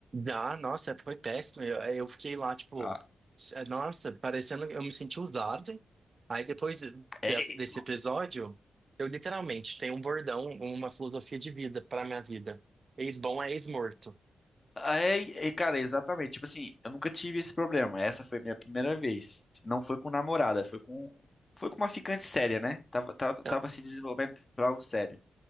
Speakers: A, on the right; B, on the left.
A: Ah, nossa, foi péssimo. Eu, eu fiquei lá, tipo,
B: Ah,
A: s- eh, nossa, parecendo que eu me senti usado. Aí depois
B: é,
A: desse,
B: é,
A: desse episódio, eu literalmente tenho um bordão, uma filosofia de vida pra minha vida. Ex-bom é ex-morto.
B: É, é, cara, exatamente. Tipo assim, eu nunca tive esse problema. Essa foi a minha primeira vez. Não foi com namorada, foi com, foi com uma ficante séria, né? Tava, tava,
A: Ah,
B: tava se desenvolvendo pra algo sério.